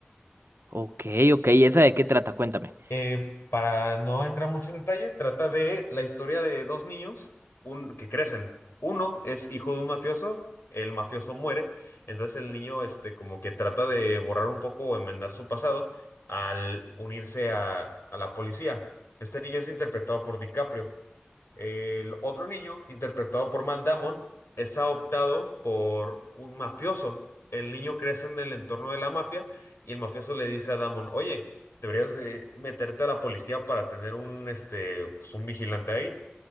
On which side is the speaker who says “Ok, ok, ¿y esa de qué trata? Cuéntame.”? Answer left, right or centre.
Right